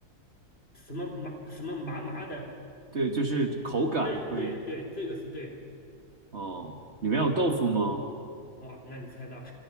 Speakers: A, on the left; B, on the right.
A: 什么麻什么麻麻的，
B: 对，就是口感会，
A: 对对对，这个是对，
B: 哦，里面有豆腐吗？
A: 哇，那你猜到了，